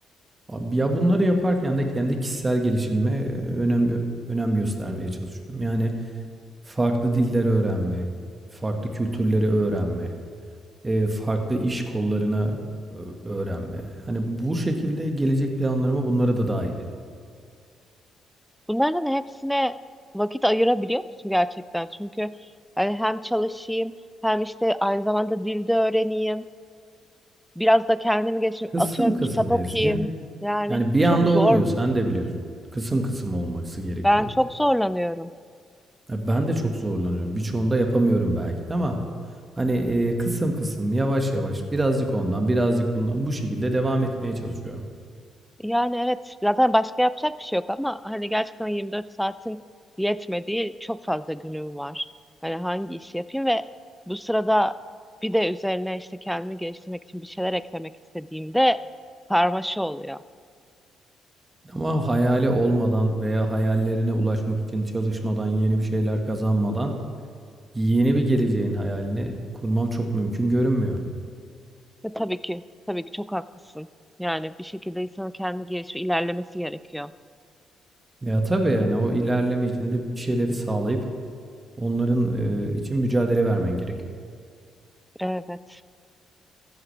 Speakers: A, on the right (about 25°); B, in the centre.
A: Ab ya, bunları yaparken de kendi kişisel gelişimime, eee, önem önem göstermeye çalışıyorum. Yani, farklı diller öğrenme, farklı kültürleri öğrenme, Eee, farklı iş kollarına ö öğrenme. Hani, bu şekilde gelecek planlarıma bunları da dâhil ediyorum.
B: Bunların hepsine vakit ayırabiliyor musun gerçekten? Çünkü hani hem çalışayım hem işte aynı zamanda dilde öğreneyim. Biraz da kendimi geçireyim.
A: Kısım
B: Atıyorum
A: kısım
B: kitap
A: Ezgi.
B: okuyayım. Yani
A: Yani, bir
B: çok
A: anda
B: zor.
A: olmuyor, sen de biliyorsun. Kısım kısım olması gerekiyor.
B: Ben çok zorlanıyorum.
A: Ya, ben de çok zorlanıyorum. Birçoğunda yapamıyorum belki de ama, hani, eee, kısım kısım, yavaş yavaş, birazcık ondan, birazcık bundan bu şekilde devam etmeye çalışıyorum.
B: Yani evet zaten başka yapacak bir şey yok ama hani gerçekten 24 saatin yetmediği çok fazla günüm var. Hani hangi işi yapayım ve bu sırada bir de üzerine işte kendimi geliştirmek için bir şeyler eklemek istediğimde karmaşa oluyor.
A: Ama hayali olmadan veya hayallerine ulaşmak için çalışmadan, yeni bir şeyler kazanmadan yeni bir geleceğin hayalini kurmam çok mümkün görünmüyor.
B: Ve tabii ki tabii ki çok haklısın. Yani bir şekilde insanın kendi gelişimi ilerlemesi gerekiyor.
A: Ya tabii yani o ilerleme içinde bir şeyleri sağlayıp onların e, için mücadele vermen gerek.
B: Evet.